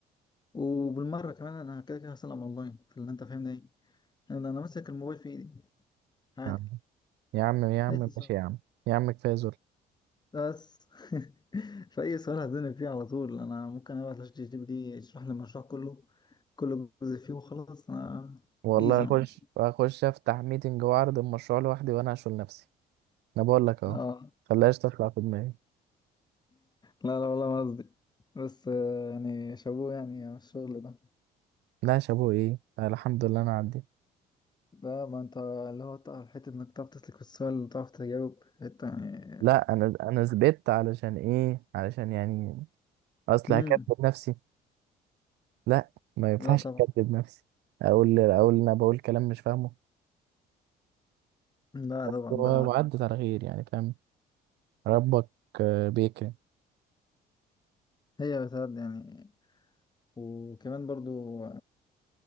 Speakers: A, on the left; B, on the right.
A: وبالمرة كمان أنا كده كده هسلم أونلاين في اللي أنت فاهمني إيه أنا أنا ماسك الموبايل في إيدي عادي
B: آه. يا عم يا عم
A: أي سؤال
B: ماشي يا عم يا عم كفايه
A: بس <laughs> فأي سؤال هتزنق فيه على طول أنا ممكن أبعت لشات جي بي تي يشرح لي المشروع كله كل جزء فيه وخلاص أنا
B: والله
A: إيزي يعني
B: اخش اخش افتح ميتنج واعرض المشروع لوحدي وانا اشغل نفسي انا بقول لك اهو
A: آه
B: خلاش تطلع في دماغي
A: لا لا والله ما قصدي بس آه، يعني شابوه يعني على الشغل ده
B: لا يا شابو ايه أنا الحمد لله انا عديت
A: ده ما أنت اللي هو تع- حتة إنك تعرف تسلك في السؤال تعرف تجاوب حتة يعني
B: لا انا انا ثبت علشان ايه علشان يعني اصل
A: مم.
B: هكذب نفسي لا ما ينفعش
A: لا طبعا
B: اكذب نفسي اقول اقول انا بقول كلام مش فاهمه
A: لا طبعا
B: بس هو-
A: ده
B: وعدت على خير يعني فاهم ربك آه، بيكرم
A: هي بتاعت يعني وكمان برضو